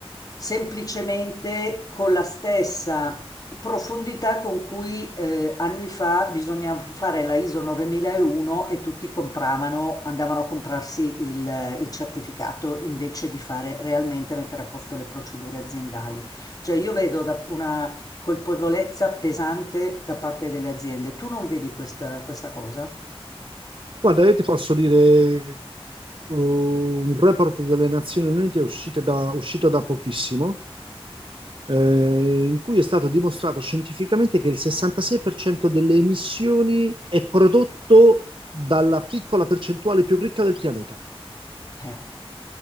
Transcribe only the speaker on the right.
guarda, io ti posso dire uh, un report delle Nazioni Unite uscite da- uscito da pochissimo, eh, in cui è stato dimostrato scientificamente che il 66% delle emissioni è prodotto dalla piccola percentuale più ricca del pianeta.